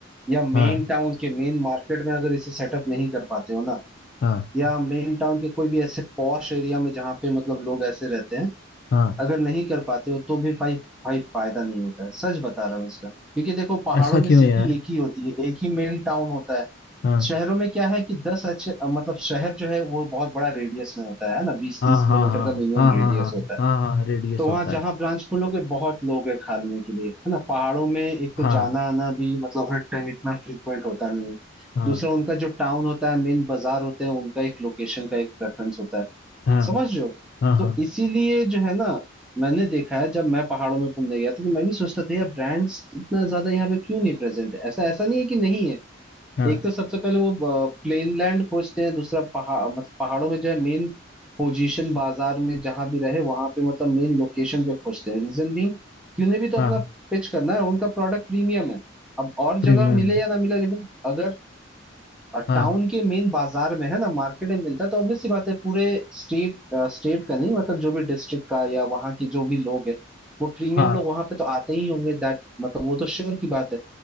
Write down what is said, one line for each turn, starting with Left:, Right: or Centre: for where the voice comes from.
Centre: या मेन
Left: हाँ
Centre: टाउन के मेन मार्केट में अगर इसे सेटअप नहीं कर पाते हो ना
Left: हाँ
Centre: या मेन टाउन के कोई भी ऐसे पॉश एरिया में जहाँ पे मतलब लोग ऐसे रहते हैं
Left: हाँ
Centre: अगर नहीं कर पाते हो तो भी भाई भाई फायदा नहीं होता है सच बता रहा हूँ इसका क्योंकि देखो पहाड़ों
Left: ऐसा
Centre: में
Left: क्यों
Centre: सिटी
Left: यार
Centre: एक ही होती है एक ही मेन टाउन होता है
Left: हाँ
Centre: शहरों में क्या है कि दस अच्छे अ, मतलब शहर जो है वो बहुत बड़ा रेडियस में होता है है ना बीस
Left: हाँ
Centre: तीस किलोमीटर
Left: हाँ हाँ
Centre: का मिनिमम
Left: हाँ हाँ
Centre: रेडियस
Left: हाँ
Centre: होता है
Left: हाँ हाँ हाँ, रेडियस
Centre: तो वहां
Left: होता
Centre: जहां
Left: है
Centre: ब्रांच खोलोगे बहुत लोग है खाने के लिए है ना पहाड़ों में एक तो
Left: हाँ
Centre: जाना आना भी मतलब हर टाइम इतना फ्रीक्वेंट होता नहीं है
Left: हाँ
Centre: दूसरा उनका जो टाउन होता है मेन बाजार होते हैं उनका एक लोकेशन का एक प्रेफरेंस होता है
Left: हाँ
Centre: समझ रहे हो
Left: हाँ हाँ
Centre: तो इसीलिए जो है ना मैंने देखा है जब मैं पहाड़ों में घूमने गया था तो मैं भी सोचता था यार ब्रांड्स इतना ज्यादा यहाँ पे क्यों नहीं प्रेजेंट है ऐसा ऐसा नहीं है कि नहीं है
Left: हाँ
Centre: एक तो सबसे पहले वो प्लेन लैंड खोजते हैं दूसरा पहाड़ मतलब पहाड़ों में जो है मेन पोजीशन बाजार में जहां भी रहे वहां पे मतलब मेन लोकेशन पे खोजते हैं रीजन भी कि उन्हें भी तो
Left: हाँ
Centre: अपना पिच करना है उनका प्रोडक्ट प्रीमियम है अब और
Left: प्रीमियम
Centre: जगह मिले
Left: है
Centre: या ना मिले लेकिन अगर
Left: हाँ
Centre: टाउन के मेन बाजार में है ना मार्केट में मिलता है तो ऑब्वियस सी बात है पूरे स्टेट स्टेट का नहीं मतलब जो भी डिस्ट्रिक्ट का या वहाँ के जो भी लोग है वो प्रीमियम
Left: हाँ
Centre: लोग वहां पे तो आते ही होंगे दैट मतलब वो तो श्योर की बात है